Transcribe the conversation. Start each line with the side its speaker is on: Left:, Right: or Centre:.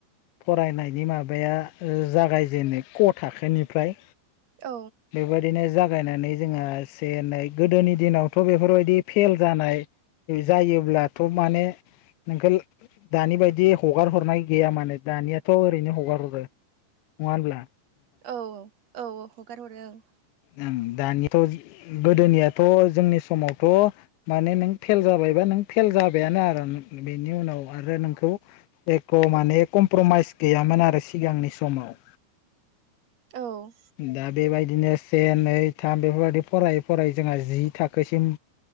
Left: फरायनायनि माबाया जागायजेननो क' थाखोनिफ्राय
Right: औ
Left: बेबायदिनो ज जागायनानै जोंहा एसे एनै गोदोनि दिनावथ' बेफोरबायदि फेल जानाय जायोब्लाथ' माने नोंखौ दानि बायदि हगार हरनाय गैया मानोे दानियाथ' ओरैनो हगार हरो नङा होमब्ला
Right: औ औ औ औ हगार हरो ओं
Left: उम दानियाथ' गोदोनियाथ' जोंनि समावथ' माने नों फेल जाबायबा नों फेल जाबायानो आरो बेनि उनाव आरो नोंखौ खौ माने कमप्रमाइस गैयामोन आरो सिगांनि समाव
Right: औ
Left: दा बेबायदिनो से नै थाम बेफोरबायदि फरायै फरायै जोंहा जि थाखोसिम